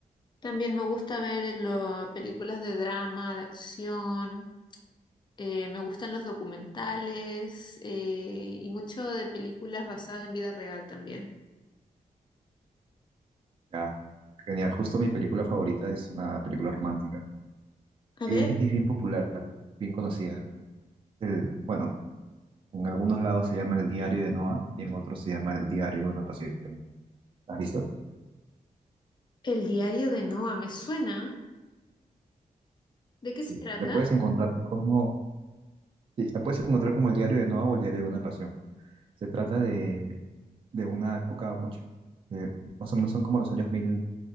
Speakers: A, on the left; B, on the right.
A: También me gusta ver las películas de drama, de acción. eh, me gustan los documentales eh, y mucho de películas basadas en vida real también.
B: Ya, genial. Justo mi película favorita es una película romántica.
A: A
B: Y
A: ver,
B: es, es bien popular, bien conocida. El- bueno, en algunos lados se llama El Diario de Noah y en otros se llama El Diario de una Pasión. ¿La ¿Has visto?
A: El diario de Noa ¿me suena? ¿De qué
B: Sí.
A: se trata?
B: Le puedes encontrar como, sí, la puedes encontrar como El Diario de Noah o El Diario de una Pasión. Se trata de, de una época mucho, de- más o menos son como los años mil